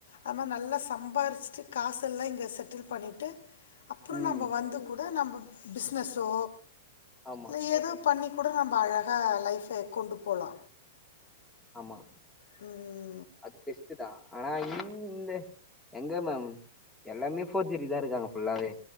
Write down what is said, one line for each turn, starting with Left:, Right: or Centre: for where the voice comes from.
Left: அத் மாரி நல்லா சம்பாரிச்சுட்டு காசெல்லா இங்கே செட்டில் பண்ணிட்டு அப்புறோ
Centre: ம்
Left: நம்ப வந்து கூட நம்ம பிஸ்னஸோ
Centre: ஆமா
Left: இல்ல ஏதோ பண்ணி கூட நம்ப அழகா லைஃப கொண்டு போலா
Centre: ஆமா
Left: ம்
Centre: அது பெஸ்டு தா ஆனா இந்த எங்க மேம் எல்லாமே ஃபோர்ஜரி தா இருக்காங்க ஃபுல்லாவே